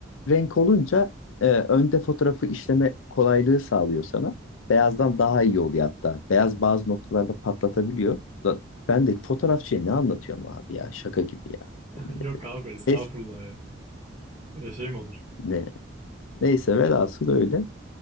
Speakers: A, on the left (about 80°); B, on the right (about 35°).
A: renk olunca e, önde fotoğrafı işleme kolaylığı sağlıyor sana. Beyazdan daha iyi oluyor hatta. Beyaz bazı noktalarda patlatabiliyor. Da, ben de fotoğrafçıya ne anlatıyorum abi ya şaka gibi ya.
B: <laughs>
A: Yemin
B: Yok
A: ederim.
B: abi estağfurullah
A: Neyse,
B: ya. Öyle şey mi olur?
A: ne, neyse velhasıl öyle.